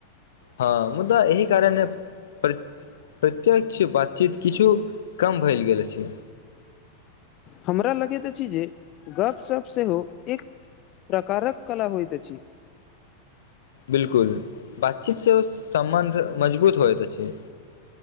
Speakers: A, on the left (about 60°); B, on the left (about 35°).
A: हँ मुद्दा इह कारण पर प्रत्यक्ष बातचीत किछु कम भेल गेल छै
B: हमरा लगैत अछि जे गपशप सेहो एक प्रकारक कला होइत छी
A: बिलकुल बातचीत सेहो ओ सम्बन्ध मजबूत होइतइत छै